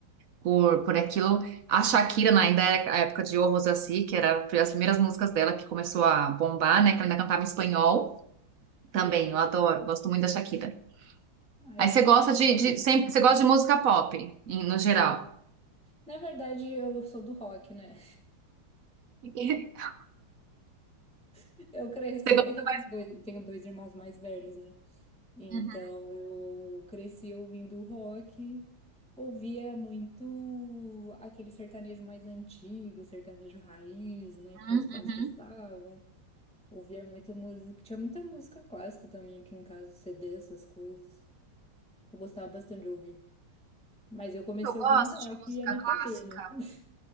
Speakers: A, on the right; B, in the centre.
A: por, por aquilo. A Shakira, né, ainda era a época de O Rosassi, que era as primeiras músicas dela que começou a bombar, né? Que ela ainda cantava em espanhol. Também,
B: Sim,
A: eu adoro, gosto muito da Shakira.
B: ah,
A: Aí
B: eu acho
A: você gosta
B: ela maravilhosa.
A: de, de sempre,
B: <laughs>
A: você gosta de música pop, em- no geral.
B: Na verdade, eu sou do rock, né?
A: <laughs>
B: <laughs> Eu cresci.
A: Você gosta...
B: É que eu tenho dois, tenho dois irmãos mais velhos, né? Então
A: Uhum,
B: eu cresci ouvindo rock, ouvia muito aquele sertanejo mais antigo, sertanejo raiz, né?
A: uhum.
B: Que meus pais gostavam. Ouvia muita música. Tinha muita música clássica também aqui em casa, CD, essas coisas. Eu gostava bastante de ouvir. Mas eu comecei
A: Eu gosto
B: ouvindo rock
A: de música
B: e MPB,
A: clássica.
B: né? <laughs>